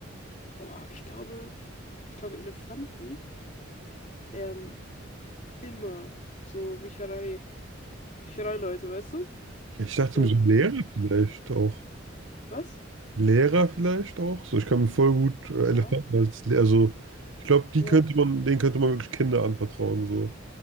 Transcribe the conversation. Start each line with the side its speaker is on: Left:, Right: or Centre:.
Left: boah, aber ich glaube, ich glaube, Elefanten wären immer so Bücherei, Büchereileute, weißt du?
Right: Ich dachte
Left: Die sind-
Right: mir so Lehrer vielleicht auch.
Left: Was?
Right: Lehrer vielleicht auch. So, ich kann mir voll gut äh,
Left: Ja.
Right: Elefanten als Lehrer. Also, ich glaube, die
Left: Ja.
Right: könnte man, denen könnte man wirklich Kinder anvertrauen. So.